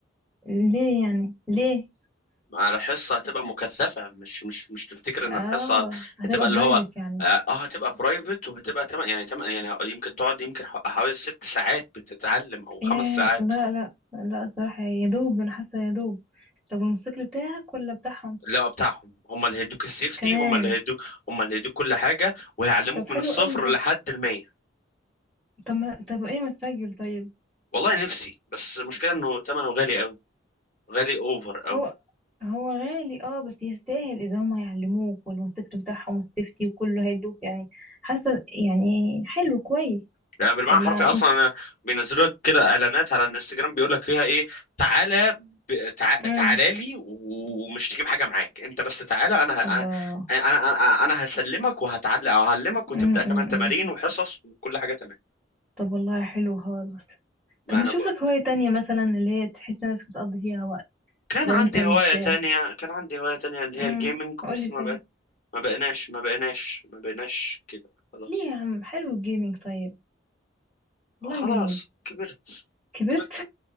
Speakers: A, in the centre; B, on the left.
A: ليه يعني ليه
B: على حصه هتبقى مكثفه مش مش مش تفتكر ان
A: اه
B: الحصه
A: هتبقى
B: هتبقى اللي
A: برايفت
B: هو
A: يعني
B: اه آه، هتبقى برايفت وهتبقى تم... يعني تم... يعني يمكن تقعد يمكن ح- حوالي ست ساعات بتتعلم او خمس
A: ايه
B: ساعات
A: لا لا لا الصراحة يا دوب انا حاسة يا دوب طب والموتوسيكل بتاعك ولا بتاعهم
B: لا بتاعهم هم اللي هيدوك السيفتي
A: كمان
B: هم اللي هيدوك هم اللي هيدوك كل حاجة وهيعلموك
A: طب
B: من
A: حلو
B: الصفر
A: قوي ده
B: لحد المية
A: طب ما طب ايه ما تسجل طيب
B: والله نفسي بس المشكلة انه ثمنه غالي قوي غالي اوفر قوي
A: هو هو غالي اه بس يستاهل اذا هم هيعلموك والموتوسيكل بتاعهم والسيفتي وكله هيدوك يعني حاسه يعني حلو كويس
B: يعني بالمعنى
A: ولا
B: الحرفي اصلا
A: انت
B: انا بينزلوا لك كده اعلانات على الانستجرام بيقول لك فيها ايه تعالى ب... تع... تعالى
A: امم
B: لي ومش تجيب حاجة معاك انت بس تعالى انا ه... انا
A: الله
B: انا انا أنا هسلمك وهتعلق او هعلمك وتبدأ
A: امم
B: كمان
A: امم
B: تمارين وحصص وكل حاجة تمام
A: طب والله حلو خالص
B: ما
A: طب ما
B: انا
A: اشوف
B: بقول
A: لك هوايه تانية مثلا اللي هي تحس نفسك بتقضي فيها وقت
B: كان
A: لو
B: عندي
A: انت مش
B: هواية تانية كان عندي هواية تانية اللي
A: امم
B: هي الجيمنج
A: قولي
B: بس ما
A: طيب
B: ما بقيناش ما بقيناش ما بقيناش كده خلاص
A: ليه يا عم حلو الجيمنج طيب والله
B: خلاص
A: جميل
B: كبرت
A: كبرت
B: كبرت